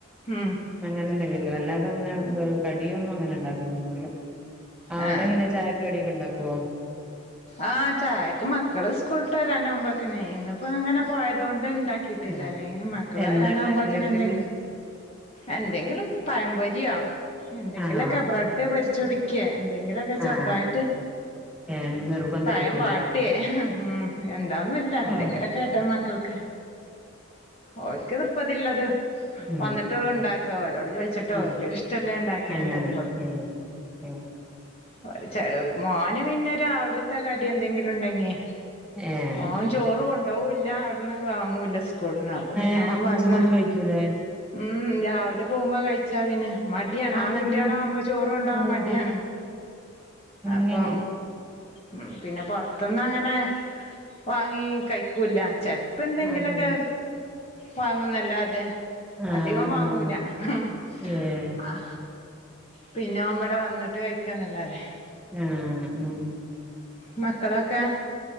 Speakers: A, on the left; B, in the centre.
A: ഉം
B: അങ്ങനെ എന്തെങ്കിലും അല്ലാതെ - ഇവടെങ്ങനെ കടിയൊന്നും അങ്ങനെ ഉണ്ടാക്കലെന്നുല്ല അവടെ
A: ആഹ്
B: എങ്ങനെ ചായക്ക് കടിയൊക്കെ ഒണ്ടാക്കുവോ
A: ആ ചായക്ക് മക്കള് സ്കൂ- ട്ട് വരാനാമ്പോഴക്കെന്നെ ഇന്ന് ഇപ്പൊ ഇങ്ങനെ പോയിട്ട് <unintelligible> ണ്ടാക്കിട്ടില്ല
B: ആഹ്
A: അല്ലേ മക്കള്
B: എന്താ
A: വരാനകുമ്പോഴക്കെന്നെ
B: ഉണ്ടാക്കല് ഉച്ചക്ക്
A: എന്തെ എന്തെങ്കിലും പഴംപൊരിയോ എന്തെങ്കിലൊക്കെ
B: ആണോ
A: ബ്രെഡ് പൊരിച്ചു കൊടുക്കുവോ എന്തെങ്കിലൊക്കെ ചെറുതായിട്ട്-
B: ആഹ് ഏഹ് നിർബന്ധായിരിക്കുംല്ലേ
A: പയം വാട്ടേ ഉം എന്താന്നുല്ല എന്തെങ്കിലുക്കായിട്ട്
B: ആഹ്
A: മക്കള് ക്ക് ഓര്ക്ക് തൃപ്പതിള്ളത്
B: അങ്ങനെ
A: വന്നിട്ടുള്ളൂ ഉണ്ടാക്ക ഓരോട് ചോദിച്ചിട്ട്
B: ആഹ്
A: ഒര്ക്ക് ഇഷ്ടള്ളത് ഇണ്ടാക്കിയ
B: അങ്ങനെ
A: എന്തേലും കൊടുക്കും
B: ഏഹ് ഏഹ്
A: <unintelligible> മോന് പിന്നെ രാവിലെ കടി എന്തെങ്കിലും ഇണ്ടങ്കേ
B: ഏഹ്
A: ഓൻ ചോറ് കൊ ണ്ടോവൂല്ല അവിട്ന്ന് വാങ്ങൂല്ല സ് കൂള്ന്ന് അപ്പ പിന്നെ
B: ഏഹ്
A: ഓൻ
B: അപ്പൊ
A: വന്ന
B: ഉച്ചക്കൊന്നും കഴിക്കൂലേ
A: ഉം രാവിലെ പോകുമ്പോ കഴിച്ച് ട്ട പിന്നെ മടിയാണ്
B: അതെന്താ
A: ആൺകുട്ടികളാവുമ്പ
B: അങ്ങനെ
A: ചോ റോണ്ടവൻ
B: ഓഹ്
A: മടിയാണ്
B: അങ്ങനെ
A: അപ്പൊ ഉം പിന്നെ പൊറത്തുന്നങ്ങനെ വാങ്ങി കഴിക്കൂല്ല ചെല പന്തങ്കിലൊക്കെ
B: അതെ
A: വാങ്ങുന്നല്ലാതെ
B: ആഹ്
A: അധികം വാങ്ങൂല
B: ആഹ്
A: ഉം
B: ഏഹ്
A: ആ പിന്നെ അവൻ വടെ വന്നിട്ട് കഴിക്കന്നല്ലതെ
B: ആ ഉം
A: മക്കളൊക്കെ